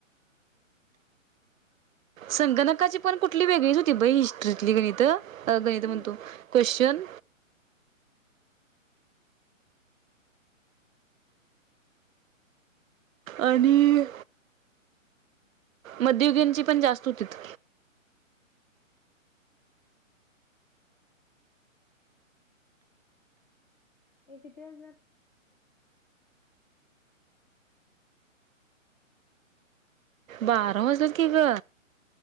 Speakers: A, on the right; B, on the left.
A: संगणकाची पण कुठली वेगळीच होती बाई हिस्ट्रीतली गणित, गणित
B: हम्म
A: म्हणतो क्वेशन. आणि मध्ययुगंची पण जास्त हुतीत.
B: ए किती वाजल्यात?
A: बारा! वाजल्यात कि ग.